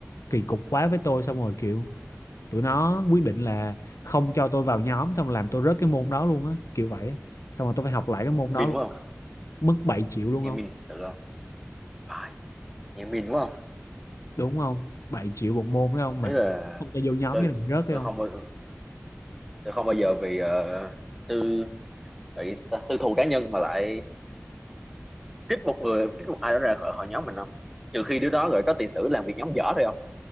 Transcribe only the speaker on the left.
kỳ cục quá với tôi xong rồi kiểu tụi nó quyết định là không cho tôi vào nhóm xong làm tôi rớt cái môn đó luôn á kiểu vậy á xong rồi tôi phải học lại cái môn
đó luôn
mất 7 triệu luôn
không
đúng không 7 triệu một môn đấy không mà
không cho vô nhóm
với lại rớt đấy
không